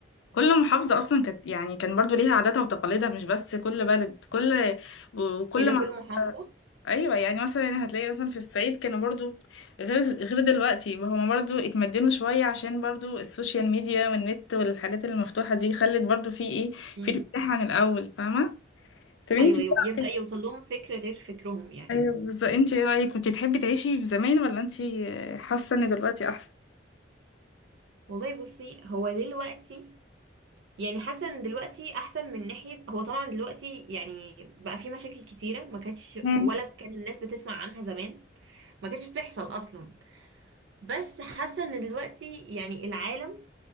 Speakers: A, on the left; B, on the right.
A: كل محافظة أصلا كانت يعني كان برضو ليها عاداتها وتقاليدها مش بس كل بلد كل وكل
B: ايه ده
A: ما
B: كل محافظه
A: أيوة يعني مثلا يعني هتلاقي مثلا في الصعيد كانوا برضو غير غير دلوقتي هما برضو اتمدنوا شوية عشان برضو السوشيال ميديا والنت والحاجات المفتوحة دي خلت برضو في ايه
B: امم
A: في انفتاح عن الأول فاهمة طب انتي
B: ايوه
A: إيه
B: يب- يبدا
A: رأيك؟
B: يوصل لهم فكر غير فكرهم يعني
A: أيوة بس انتي ايه رأيك كنتي تحبي تعيشي في زمان ولا انتي حاسة ان دلوقتي أحسن؟
B: والله بصي هو دلوقتي يعني حسن دلوقتي احسن من ناحيه هو طبعا دلوقتي يعني بقى في مشاكل كتيره ما كانتش
A: مم.
B: ولا كان الناس بتسمع عنها زمان ما كانتش بتحصل اصلا بس حاسه ان دلوقتي يعني العالم